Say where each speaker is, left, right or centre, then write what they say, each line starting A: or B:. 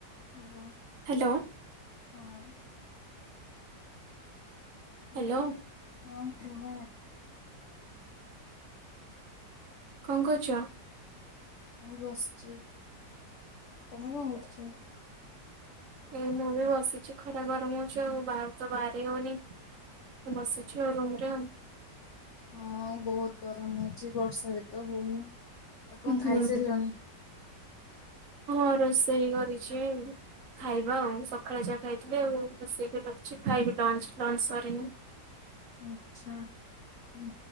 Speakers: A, on the left (about 65°); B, on the right (about 55°).
A: <inaudible>
B: Hello.
A: ହଁ। Hello
B: hello
A: ହଁ କୁହ।
B: କଣ କରୁଛ?
A: ଏଇ ବସିଚି ତମେ କଣ କରୁଛ?
B: ଏ ମୁଁ ବି ବସିଛି ଖରା ଗରମ ହଉଛି ଆଉ ବାହାରକୁ ତ ବାହାରି ହଉନି। ବସିଛୁ ଆଉ ରୁମ୍ ରେ।
A: ହଁ ବହୁତ ଗରମ୍ ହଉଛି ବର୍ଷା ବି ତ ହଉନି ଆଉ କଣ
B: ହୁଁ
A: ଖାଇସାରିଲଣି?
B: ହଁ ରୋଷେଇ କରିଛି। ଖାଇବା ଆଉ ସକାଳେ ଯାହା ଖାଇଥିଲି ଆଉ ରୋଷେଇ କରିକି ରଖିଛି ଖାଇବି ଲଞ୍ଚ୍ ଲଞ୍ଚ୍ ସରିନି।
A: ଆଚ୍ଛା। ହୁଁ